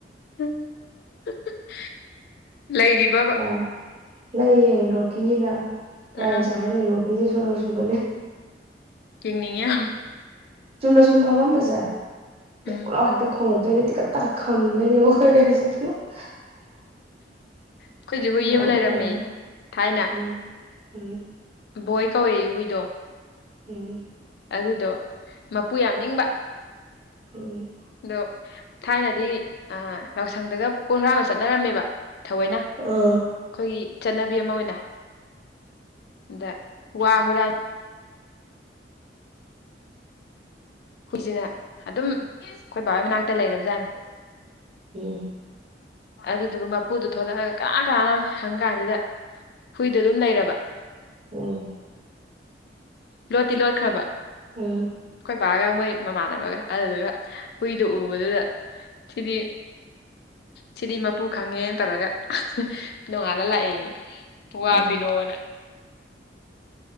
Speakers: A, on the left; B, on the right.
A: <unintelligible> ꯂꯩꯔꯤꯕꯥꯕ
B: ꯑ ꯂꯩꯌꯦ ꯔꯣꯛꯀꯤꯅ ꯃꯌꯥꯝꯁꯨ
A: ꯑꯥ
B: ꯍꯥꯏꯅꯩ ꯔꯣꯛꯀꯤꯁꯦ ꯁꫭꯅꫭ ꯆꯨꯕꯅꯦ
A: ꯌꯦꯡꯅꯤꯡꯉꯦ ꯌꯥꯝ
B: ꯆꯨꯝꯗ ꯁꯨꯝ ꯐꯥꯝꯃꯥꯝꯕ ꯖꯦ
A: ꯎꯝ
B: ꯄꯨꯂ ꯍꯦꯛꯇ ꯈꯣꯉꯛꯇꯣꯏꯅꯤ ꯇꯤꯀꯠ ꯇꯔ ꯈꯝꯗꯣꯏꯅꯦ ꯑꯩꯈꯣꯏ ꯀꯩꯁꯦ <unintelligible>
A: ꯑꯩꯈꯣꯏꯁꯨ ꯍꯨꯏ
B: ꯅꯣꯛꯅꯤꯡꯉꯒ
A: ꯑꯃ ꯂꯩꯔꯝꯃꯦ ꯊꯥꯏꯅ
B: ꯎꯝ ꯎꯝ
A: ꯕꯣꯏ ꯀꯧꯋꯦ ꯍꯨꯏꯗꯣ
B: ꯎꯝ
A: ꯑꯗꯨꯗꯣ ꯃꯄꯨ ꯌꯥꯝ ꯅꯤꯡꯕ
B: ꯎꯝ
A: ꯑꯗꯣ ꯊꯥꯏꯅꯗꯤ ꯌꯥꯎꯁꯪꯗꯒ ꯄꯨꯡꯊ꯭ꯔꯥ ꯑꯃ ꯆꯠꯅꯔꯝꯃꯦꯕ ꯊꯑꯣꯏꯅ
B: ꯑ
A: ꯑꯩꯈꯣꯏꯒꯤ ꯆꯠꯅꯕꯤ ꯑꯃ ꯑꯣꯏꯅ ꯑꯗ ꯋꯥ ꯍꯨꯔꯥꯟ ꯍꯨꯏꯁꯤꯅ ꯑꯗꯨꯝ ꯑꯩꯈꯣꯏ ꯕꯥꯣꯏ ꯃꯅꯥꯛꯇ ꯂꯩꯔꯕꯖꯥꯠꯅꯤ
B: ꯎꯝ
A: ꯑꯗꯨꯗꯨꯒ ꯃꯄꯨꯗꯨꯣ ꯊꯣꯂꯛꯑꯒ ꯀꯅꯥ ꯀꯅꯥꯅ ꯍꯪ ꯀꯥꯟꯁꯤꯗ ꯍꯨꯏꯗꯣ ꯑꯗꯨꯝ ꯂꯩꯔꯕ
B: ꯎꯝ
A: ꯂꯣꯠꯇꯤ ꯂꯣꯠꯈ꯭ꯔꯕ
B: ꯎꯝ
A: ꯈꯣꯏꯄꯥꯒ ꯃꯣꯏ ꯃꯃꯥꯟꯅꯕꯒ ꯑꯗꯨꯗꯨꯒ ꯍꯨꯏꯗꯨꯣ ꯎꯕꯗꯨꯗ ꯁꯤꯗꯤ ꯁꯤꯗꯤ ꯃꯄꯨ ꯈꯪꯉꯦꯅ ꯇꯧꯔꯒ ꯅꯣꯡꯉꯥꯜꯂ ꯂꯥꯛꯑꯦ ꯋꯥ
B: ꯎꯝ
A: ꯄꯤꯔꯣꯅ